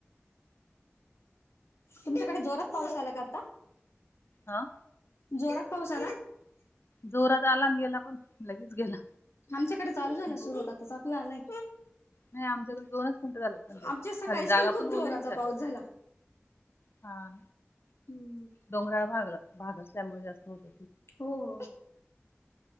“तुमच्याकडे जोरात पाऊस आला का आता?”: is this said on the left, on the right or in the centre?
Left